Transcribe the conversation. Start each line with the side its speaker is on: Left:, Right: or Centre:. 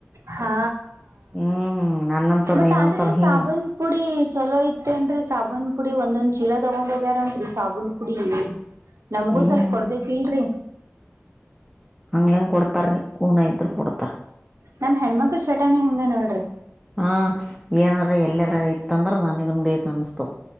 Right: ಹಾ
Centre: ಹ್ಮ್ ನನ್ನಂತವ್ರ
Right: ಬಟ್
Centre: ನೀನಂತವ್ರ
Right: ಆದ್ರೆ
Centre: ಹಿಂಗ್
Right: ಸಾಬೂನ್ ಪುಡಿ ಚಲೋ ಐತೆನ್ರರಿ ಸಾಬೂನ್ ಪುಡಿ ಒಂದೊಂದು ಚೀಲ ತಗೊಂಡ್ ಹೋಗ್ಯಾರತ್ರಿ ಸಾಬೂನ್ ಪುಡಿ ನಮಗೂ
Centre: ಹ್ಮ್
Right: ಸ್ವಲ್ಪ ಕೊಡ್ಬೇಕ ಇಲ್ರರಿ
Centre: ಹಂಗ ಹೆಂಗ ಕೊಡ್ತಾರೀ ಕೂನ ಇದ್ರರು ಕೊಡ್ತಾರ
Right: ನಮ ಹೆಣ್ಮಕ್ಳ ಚಟನಾ ಅಂಗ್ ನೋಡ್ರಿ.
Centre: ಹ್ಮ್ಮ್ ಏನಾರ ಎಲ್ಲಾರ ಇತ್ತಂದ್ರ ನನ್ಗನ್ ಬೇಕ ಅನ್ಸ್ತದ.